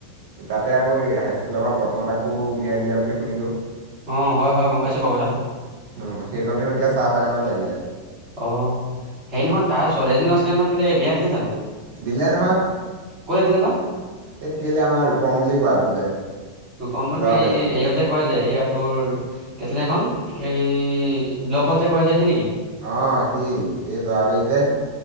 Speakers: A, on the right; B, on the right.
A: তাতে আকৌ এই হাইস্কুলৰ পৰা পদ্মত আকৌ উলিয়াই দিলে বুলি শুনিলোঁ
B: অ হয় হয় গম পাইছোঁ বাৰু কথাটো
A: অঁ সেইজনেও এতিয়া চাহ বাগানত লাগিলে
B: অ সে নহয় তাৰ ছোৱালীজনীও আছিলে নহয় কেলৈ বিয়া দিলে জানো
A: দিলে নহয়
B: ক'লে দিলে বা
A: সেই কেলে আমাৰ ৰূপম বুলি কোৱাটো যে
B: ৰূপম মানে
A: যোৱাবাৰী
B: এই হেৰিয়ত যে কয় যে এইয়া তোৰ কেটল এখন এই ব্লকত যে কৰা যায়হি নেকি
A: অঁ সি এই যোৱাবাৰী যে